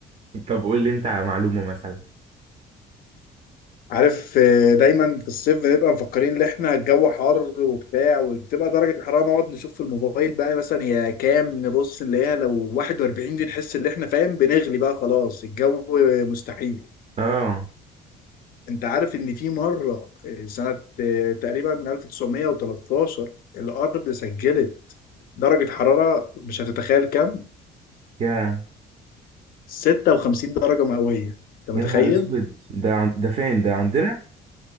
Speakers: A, on the right; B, on the left.
A: طب قول لي انت على معلومة مثلا
B: عارف آه، دايما في الصيف بنبقى مفكرين ان احنا الجو حر وبتاع وبتبقى درجة الحرارة نقعد نشوف في الموبايل بقى مثلا هي كام نبص نلاقيها لو 41 دي نحس ان احنا فاهم بنغلي بقى خلاص الجو مستحيل
A: اه
B: انت عارف ان في مرة آه، سنة آه، تقريبا 1913 الارض سجلت درجة حرارة مش هتتخيل كام
A: يا
B: 56 درجة مئوية انت
A: يا
B: متخيل؟
A: نهار اسود ده عن... ده فين ده عندنا